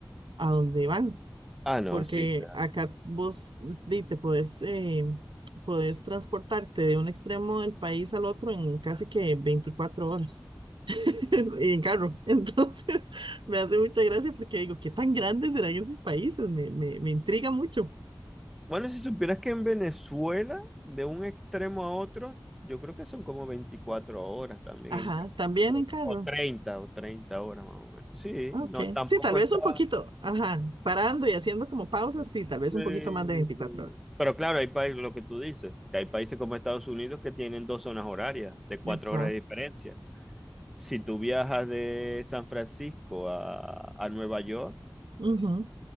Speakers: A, on the right; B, in the centre.
A: a donde van,
B: Ah, no,
A: porque
B: sí, claro.
A: acá vos di, te podés, eh, podés transportarte de un extremo del país al otro en casi que 24 horas. <laughs> en carro. Entonces, <laughs> me hace mucha gracia porque digo, ¿qué tan grandes serán esos países? Me, me, me intriga mucho.
B: Bueno, si supieras que en Venezuela, de un extremo a otro, yo creo que son como 24 horas también,
A: Ajá,
B: en ca-
A: también
B: o,
A: en carro.
B: o 30, o 30 horas más o menos. Sí,
A: Ah, Ok.
B: no, tampoco
A: Sí, tal vez
B: está...
A: un poquito. Ajá, parando y haciendo como pausas, sí, tal vez
B: sí,
A: un poquito más de veinticuatro
B: sí.
A: horas.
B: Pero claro, hay países, lo que tú dices, que hay países como Estados Unidos que tienen dos zonas horarias de cuatro
A: Exacto.
B: horas de diferencia. Si tú viajas de San Francisco a, a Nueva York,
A: Ujú.